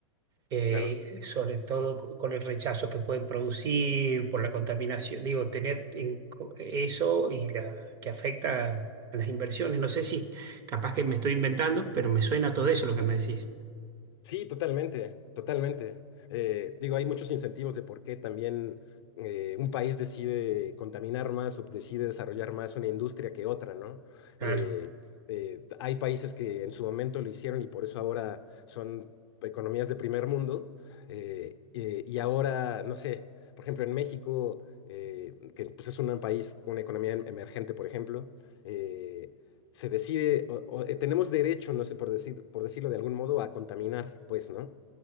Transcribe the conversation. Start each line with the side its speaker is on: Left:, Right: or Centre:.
Right: eh,
Left: claro.
Right: sobre todo con el rechazo que pueden producir por la contaminación. Digo, tener en co- eso y la, que afecta a las inversiones. No sé si capaz que me estoy inventando, pero me suena todo eso lo que me decís.
Left: Sí, totalmente, totalmente. Eh, digo, hay muchos incentivos de por qué también eh, un país decide contaminar más o decide desarrollar más una industria que otra, ¿no?
Right: Claro,
Left: Eh, eh, t- hay países que en su momento lo hicieron y por eso ahora son economías de primer mundo. eh, eh, y ahora, no sé, por ejemplo, en México, eh, que pues, es un país con una economía em- emergente, por ejemplo, eh, se decide, o- o, eh, tenemos derecho, no sé, por decir, por decirlo de algún modo, a contaminar, pues, ¿no?